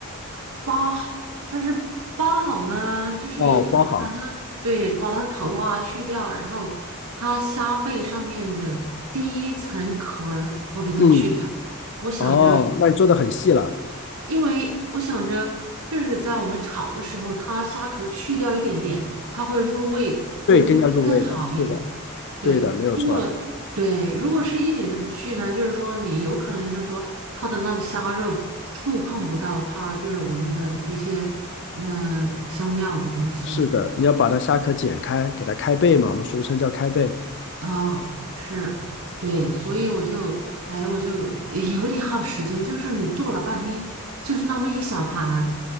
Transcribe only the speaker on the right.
包好，但是包好呢，就是有点麻烦。
它对，把它头啊去掉，然后它虾背上面的第一层壳儿，我给它去掉。
我想着，
因为我想着，就是在我们炒的时候，它虾壳去掉一点点，它会入味，会入得更好一点。
对，
如果对，如果是一点都不去呢，就是说你有可能就是说它的那个虾肉触碰不到它，就是我们的一些呃香料的东西
啊，是，对，所以我就哎我就 <laughs> 有点耗时间，就是你做了半天，就是那么一小盘，